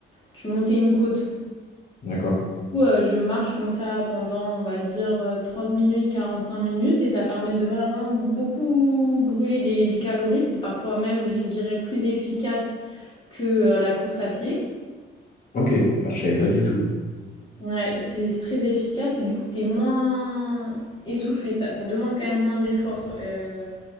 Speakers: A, on the left; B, on the left.
A: tu montais une côte.
B: D'accord.
A: coup, euh, je marche comme ça pendant, on va dire, euh, 30 minutes, cinq minutes, et ça permet de vraiment beaucoup brûler des, des calories. C'est parfois même, je dirais, plus efficace que euh, la course à pied.
B: Ok. Ah, je savais pas du tout.
A: Ouais, c'est c'est très efficace et du coup, t'es moins essoufflé. Ça, ça demande quand même moins d'efforts. euh,